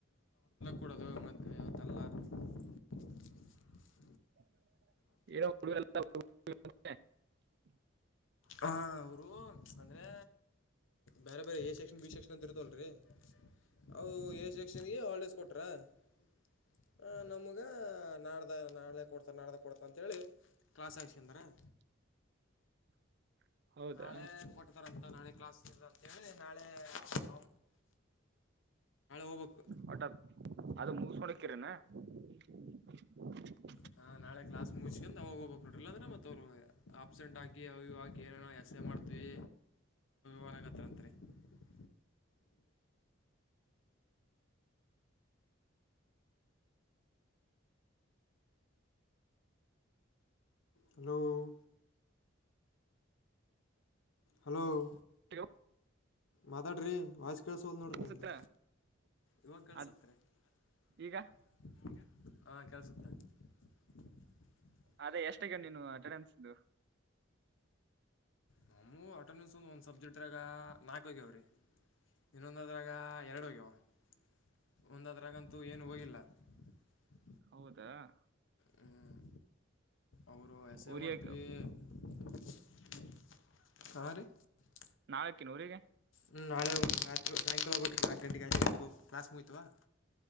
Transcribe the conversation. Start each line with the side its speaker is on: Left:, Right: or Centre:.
Left: ಕೊಡೋದು ಮತ್ತೆ, ಯಾವತ್ತಲ್ಲ? <unintelligible>
Right: <unintelligible> <inaudible>
Left: ಹ, ಅವರು ಅಂದ್ರೆ! ಬೇರೆ, ಬೇರೆ, ಎ, ಸೆಕ್ಷನ್. ಬಿ ಸೆಕ್ಷನ್, ಅಂತ ಇರ್ತಲ್ರಿ? <inaudible> ಹೌದು, ಎ ಸೆಕ್ಷನ್ಗೆ! Hall ticket ಕೊಟ್ರಾ? <inaudible> ಹ, ನಮಗ ನಾಡ್ದ! ನಾಳ್ದೆ ಕೊಡ್ತ ನಾಡ್ದ ಕೊಡ್ತ ಅಂತೇಳಿ ಕಾಸ್ ಹಾಕಿಸ್ಕೊಂಡವರ.
Right: <inaudible>
Left: <inaudible>
Right: <unintelligible> ಹೌದಾ
Left: ನಾಳೆ, ಕೊಟತಾರಂತ! ನಾಳೆ ಕ್ಲಾಸ್ ಇಲ್ಲ ಅಂತೇಳಿ ನಾಳೆ, ಹಾ? <inaudible> ಹೋಗ್ಬೇಕು
Right: ವಾಟರ್, ಅದು ಮುಗಿಸಕೊಂಡಕ್ಕಿರನಾ? <inaudible> <inaudible> <unintelligible>
Left: ಹಾ, ನಾಳೆ ಕ್ಲಾಸ್! ಮುಗಸ್ಕೊಂಡು! ಅವಾಗ ಹೋಗ್ಬೇಕಕ್, ಇಲ್ಲಾಂದ್ರೆ, ಮತ್ತೆ, ಆಬ್ಸೆಂಟ್, ಹಾಕಿ. <inaudible> ಅವ, ಇವಾಗ, ಏನು, ಎಸ್ಸೆ ಮಾಡ್ತಾವಿ, ಮಾಡಕತ್ತಾ ಅಂತರಿ? <unintelligible> ಹಲೋ. <inaudible> ಹಲೋ! <inaudible>
Right: <unintelligible> <inaudible>
Left: ಮಾತಾಡ್ರಿ, ವಾಯ್ಸ್ ಕೇಳಸಲ್, ನೋಡ್ರಿ!
Right: ಅನ್ಸುತ್ತ
Left: ನಿಮ್ದು ಇವಾಗ, ಕೇಳಿಸ್ತೆ
Right: ಅದ್
Left: ನೋಡ್ರಿ?
Right: ಈಗ
Left: <inaudible> ಹಾ, ಕೆಲ್ಸುತ್ತೆ? <inaudible>
Right: ಅದೇ, ಎಷ್ಟು ಗೆ ನೀನು ಅಟೆಂಡೆನ್ಸ್. <inaudible>
Left: ನಮ್, ಅಟೆಂಡೆನ್ಸ್ ಸಬ್ಜೆಕ್ಟ್ ದಾಗ? <inaudible> ಇದ್ದಗ, ಅವರಿ, ಇನ್ನೊಂದದ್ರಾಗ, ಎರಡು ಹೋಗ್ಯಾವ? <inaudible> ಒಂದದ್ರಾಗಂತೂ, ಏನು ಹೋಗಿಲ್ಲ? <inaudible>
Right: ಹೌದಾ! <inaudible>
Left: ಹ್ಮ್, ಅವರು ಹೆಸೇ,
Right: ಊರಿಗೆ
Left: ಮಾಡ್ತೀವಿ.. <unintelligible> ಹಾರು? <unintelligible>
Right: ನಾಲ್ಕಿನೂರಿಗೆ? <unintelligible>
Left: ಹ್ಮ್ಮ್, ನಾಳೆ ಹೋಗು, ಸಾಯಂಕಾಲ, ಹೋಗ್ಬೇಕ್ರಿ, ನಾಲ್ಕು ಗಂಟೆಗೆ, ಅಐದು ಗಂಟೆಗೆ ಹೋಗಿ ಕ್ಲಾಸ್ ಮುಗಿತವಾ? <inaudible>